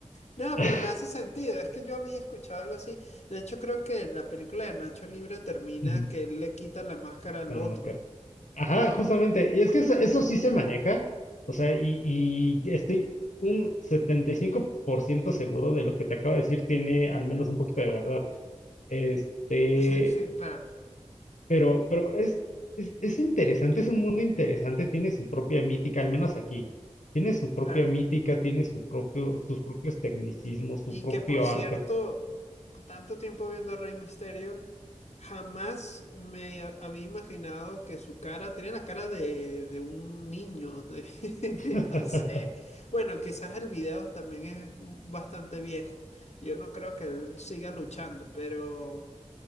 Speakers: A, on the left (about 60°); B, on the left (about 85°).
A: No,
B: <laughs>
A: pero me hace sentido, es que yo había escuchado algo así. De hecho, creo que la película de Nacho Libre termina
B: ¿De
A: que él le quita la máscara
B: qué quitan
A: al otro.
B: la máscara. Ajá, justamente, y es que eso eso sí se maneja, o sea, y y estoy un 75% seguro de lo que te acabo de decir tiene al menos un poquito de verdad. Este,
A: <laughs> Claro,
B: Pero, pero es, es, es interesante, es un mundo interesante, tiene su propia mítica, al menos aquí. Tiene su propia
A: claro.
B: mítica, tiene su propio, sus propios tecnicismos, su
A: Y
B: propio
A: que por cierto,
B: arte.
A: tanto tiempo viendo a Rey Misterio. Jamás me a- había imaginado que su cara tenía la cara de, de un niño, de-
B: <laughs>
A: <laughs> no sé. Bueno, quizás el video también es bastante viejo. Yo no creo que él siga luchando, pero,